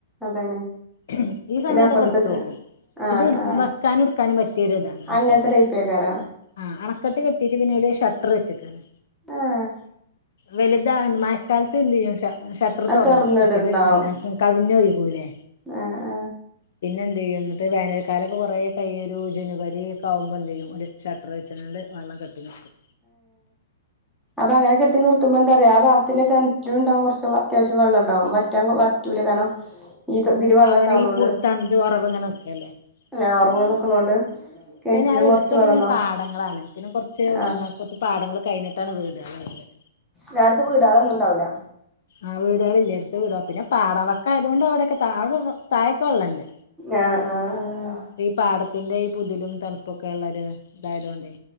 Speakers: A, in the centre; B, on the left (about 70°).
A: അതാണ്
B: ഇഹം ഈസമയത്തൊക്കെ
A: പിന്നെ അപ്പുറത്തേക്ക്
B: എടുത്തോക്കും
A: ആഹ്
B: ഇത്
A: ആഹ്
B: വെ എടുക്കാനും പറ്റിയൊരു താണ് അണക്കെട്ട്.
A: അങ്ങനത്തെ ടൈപ്പേക്കാരം
B: ആഹ് അണക്കെട്ട് കെട്ടീട്ട് പിന്നയ്‌ല് രു ഷട്ടറ് വെച്ച്ക്കാണ്.
A: ആഹ്
B: വലുതാ മയക്കാലത്തെന്തെയ്യും ഷ ഷട്ടർ
A: അത്
B: തൊറന്നിടും
A: തുറന്നിടുണ്ടാവും
B: മറ്റത് എൻ എ കവിഞ്ഞൊയുകൂല്ലേ?
A: ആഹ് അ
B: പിന്നെന്തെയ്യും ന്നിട്ട് വേനൽകാലൊക്കെ കൊറേ ക്ക യീയൊരു ജനുവരി ഒക്കാവുമ്പം എന്തെയ്യും ഓല് ഷട്ടർ വെച്ച്ങ്ങാണ്ട് വെള്ളം കെട്ടിനിർത്തും.
A: അപ്പ അങ്ങനെ കെട്ടി നിർത്തുമ്പം എന്താ അറിയോ, ആ ഭാത്തിലെ കെൺറ്റിലൂണ്ടാവും കൊറച്ച് വത്യാവശ്യം വെള്ളംണ്ടാവും വ റ്റാൻ കൊ വറ്റൂല. കാരണം ഈ ഇതില് വെള്ളം
B: അങ്ങനെ
A: ഇണ്ടാവണോണ്ട്
B: ഈ പോ ത ന്ത് ഒറവ്ങ്ങനെ നിക്കല്ലേ?
A: ആഹ്
B: അങ്ങനെ
A: ഉറങ്ങാൻ നിക്കണോണ്ട്
B: പക്ഷെ
A: കിണറ്റിലും
B: അയ്ന് ഞങ്ങളെ എടുത്തൊക്കെങ്ങനെ
A: കുറച്ച് വെള്ളണ്ടാവും
B: പാടങ്ങളാണ് പിന്നെ കൊർച്ച്
A: ആഹ്
B: എന്താ കൊർച്ച് പാടങ്ങൾ കഴിഞ്ഞിട്ടാണ് വീടാള് ഇള്ളത്.
A: ഞാ അട്ത്ത് വീടാളൊന്നുണ്ടാവുല്ല.
B: ആഹ് വീടാളില്ലേ എട്ത്ത് വീട, പിന്നെ പാടം വക്കായതുകൊണ്ട് അവിടെക്കെ താ അവ്ടെ വ താഴെക്കെ വെള്ളണ്ട്.
A: ആഹ് ആഹ് ആഹ്
B: ഈ പാടത്തിന്റെ ഈ പുതിലും തണുപ്പൊക്കെ ള്ളൊരു ഇതായതോണ്ടേ.